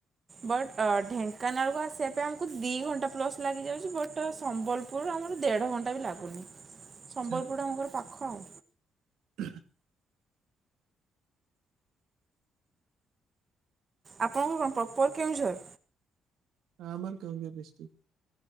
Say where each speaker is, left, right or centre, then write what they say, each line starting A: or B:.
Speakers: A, on the right; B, on the right.
A: ବଟ୍ ଢେଙ୍କାନାଳକୁ ଆସିବା ପାଇଁ ଆମକୁ ଦି ଘଣ୍ଟା ପ୍ଲସ୍ ଲାଗିଯାଉଛି ବଟ ସମ୍ବଲପୁର ଆମର ଦେଢ଼ ଘଣ୍ଟା ବି ଲାଗୁନି
B: ଆଚ୍ଛା
A: ସମ୍ବଲପୁରଟା ଆମ ଘର ପାଖ ଆଉ।
B: <unintelligible>
A: ଆପଣଙ୍କ କଣ ପ୍ରପର କେଉଁଝର?
B: ହଁ ଆମର କେଉଁଝର ଡିସଟିକ।